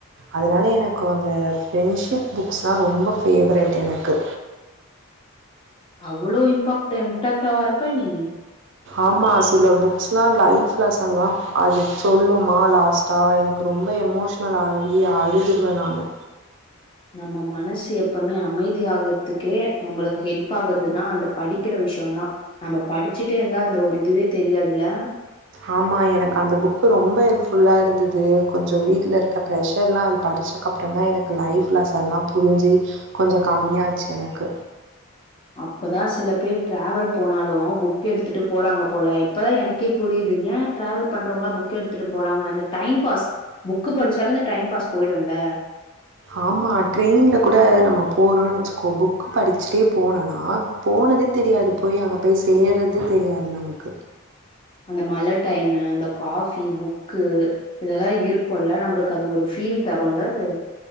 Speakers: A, on the right; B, on the left.
A: அதனால எனக்கும் அந்த ஃப்ரெண்ட்ஷிப் புக்ஸ்ல்லாம் ரொம்ப ஃபேவேரெட் எனக்கு
B: அவ்ளோ இம்பாக்ட் இம்பாக்டவா இருப்ப நீ
A: ஆமா சில புக்ஸ்ல்லாம் லைஃப் லெசன்லாம் அது சொல்லுமா லாஸ்ட்டா எனக்கு ரொம்ப எமோஷ்னல் ஆகி அழுதுருவேன் நானு
B: நம்ம மனசு எப்பவுமே அமைதியா ஆகறதுக்கே நம்மளுக்கு ஹெல்ப் ஆகுறதுன்னா அந்த படிக்கிற விஷயம்தான் நம்ம படிச்சுட்டே இருந்தா அந்த ஒரு இதுவே தெரியாதுல்லே
A: ஆமா எனக்கு அந்த புக்கு ரொம்ப ஹெல்ப்ஃபுல்லா இருந்தது கொஞ்சம் வீட்டுல இருக்க ப்ரெஷர் எல்லா அது படிச்சதுக்கு அப்புறம் தான் எனக்கு லைஃப்லே எல்லாம் புரிஞ்சு கொஞ்சம் கம்மியாச்சு எனக்கு
B: அப்பதான் சில பேர் டிராவல் போனாலும் புக் எடுத்துட்டு போறாங்க போல இப்பதான் எனக்கே புரியுது ஏன் டிராவல் பண்றவங்கெல்லாம் புக்க எடுத்துட்டு போறாங்கன்னு அந்த டைம் பாஸ் புக்கு படிச்சாலும் இந்த டைம் பாஸ் போயிடும்ல
A: ஆமா ட்ரெயின்ல கூட நம்ம போறோம்ன்னு வச்சுக்கோ புக்கு படிச்சுட்டே போனோம்னா போனதே தெரியாது போய் அங்க போய் சேர்றதே தெரியாது நமக்கு
B: அந்த மழ டைமு அந்த காபி புக்கு இதெல்லாம் இருக்குமல்ல நம்மளுக்கு அது ஒரு ஃபீல் தரும்ல அது